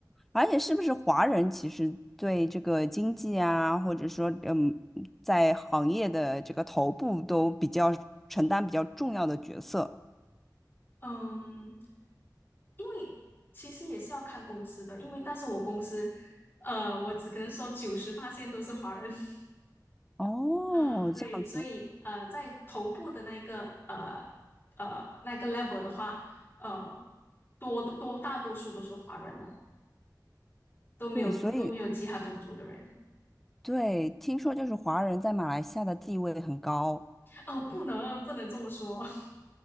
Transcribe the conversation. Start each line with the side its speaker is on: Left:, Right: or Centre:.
Centre: 而且是不是华人其实对这个经济啊，或者说嗯，在行业的这个头部都比较承担比较重要的角色。
Left: 嗯，因为其实也是要看公司的，因为但是我公司，呃，我只可能说九十八线都是华人，<laughs>
Centre: 哦，
Left: 啊，对，
Centre: 这样子，
Left: 所以呃，在头部的那一个呃呃那个 level 的话，呃，多多大多数都是华人哦，都没有都没有其他种族的人，
Centre: 对，所以。对，听说就是华人在马来西亚的地位很高
Left: 哦，不能不能这么说，<laughs>